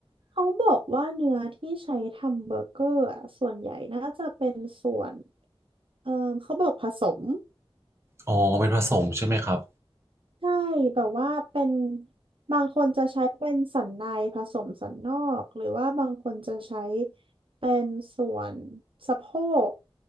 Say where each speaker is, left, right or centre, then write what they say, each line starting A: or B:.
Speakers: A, on the right; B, on the right.
A: เขาบอกว่าเนื้อที่ใช้ทำเบอร์เกอร์อ่ะส่วนใหญ่น่าจะเป็นส่วนเออเขาบอกผสม
B: อ๋อเป็นผสมใช่ไหมครับ
A: ใช่แบบว่าเป็นบางคนจะใช้เป็นสันในผสมสันนอกหรือว่าบางคนจะใช้เป็นส่วนสะโพก